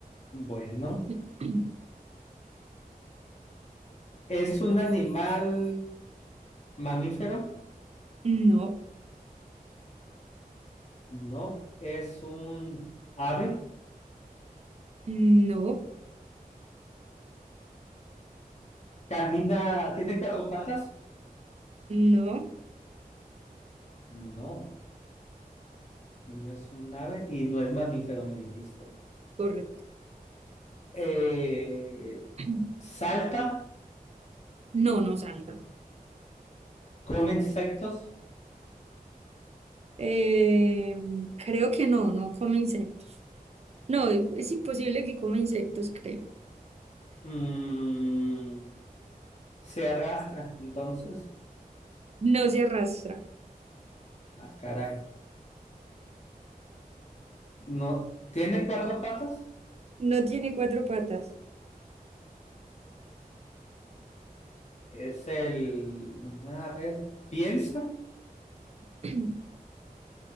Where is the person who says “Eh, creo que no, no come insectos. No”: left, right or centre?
Right